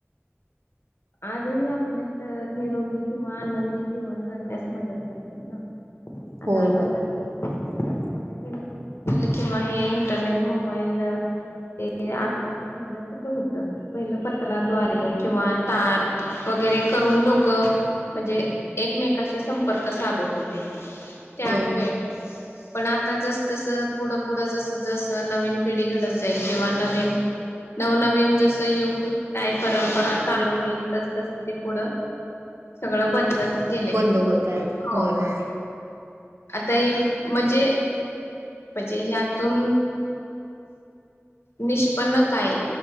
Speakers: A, on the left (about 65°); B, on the right (about 80°).
A: आजही आपल्यात निरोगी किंवा आनंदी जीवन जगण्यास मदत करतेत ना. आता
B: होय
A: आपण
B: होय
A: <unintelligible>
B: <inaudible>
A: <unintelligible> किंवा हे इंटरनेट, मोबाईल ते आता पहिलं कुठं होत? पहिलं पत्राद्वारे किंवा तार वगैरे करून लोकं म्हणजे एकमेकाशी संपर्क साधत होते. त्यावेेळी
B: होय
A: पण आता जस -जस पुढं -पुढं जस -जस नवीन पिढी घडत जाईल किंवा नवीन नवनवीन जसं युग काय परंपरा चालू होईल. तस -तस ते पुढं सगळं बदलत गेले
B: बंद होताएत
A: हो
B: होय होय.
A: आता हे म्हणजे, म्हणजे ह्यातून निष्पन्न काय?